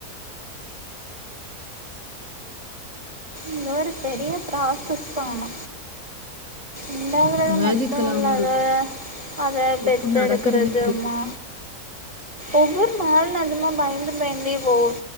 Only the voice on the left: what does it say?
மேஜிக்கலாவும்
இருக்கு.
எப்படி நடக்குதுன்னே